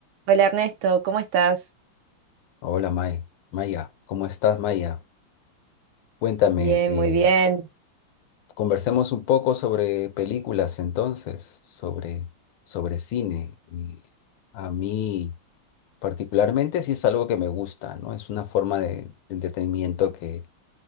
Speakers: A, on the right; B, on the left.
A: Hola Ernesto, ¿cómo estás?
B: Hola May, Maya, ¿cómo estás Maya? Cuéntame,
A: Bien,
B: eh,
A: muy bien.
B: conversemos un poco sobre películas entonces, sobre, sobre cine. Y a mí particularmente sí es algo que me gusta, ¿no? Es una forma de, de entretenimiento que,